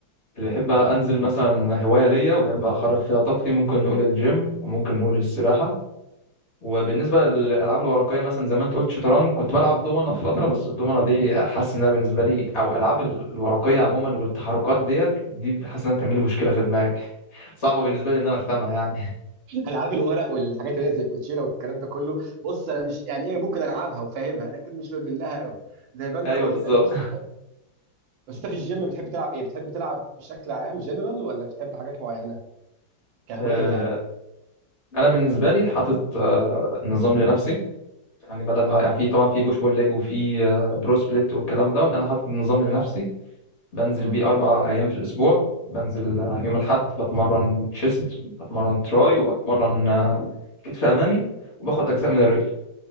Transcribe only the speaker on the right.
العاب الورق والحاجات اللي هي زي الكوتشينه والكلام ده كله بص انا مش يعني ايه ممكن العبها وفاهمها لكن مش بميل لها قوي زي ما انت
قلت
انا بص بحب بس انت في الجيم بتحب تلعب ايه بتحب تلعب بشكل عام جنرال ولا بتحب حاجات معينه كهوايه
يعني
اه
اه
امم